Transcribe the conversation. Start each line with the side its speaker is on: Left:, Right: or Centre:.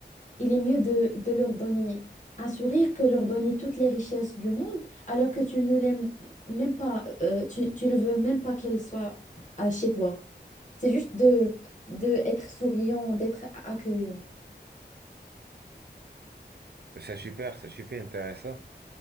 Left: Il est mieux de, de leur donner un sourire que leur donner toutes les richesses du monde, alors que tu ne l'aimes même pas, euh, tu, tu ne veux même pas qu'elles soient euh, chez toi. C'est juste de, de être souriant, d'être accueillant.
Right: C'est super, c'est super intéressant.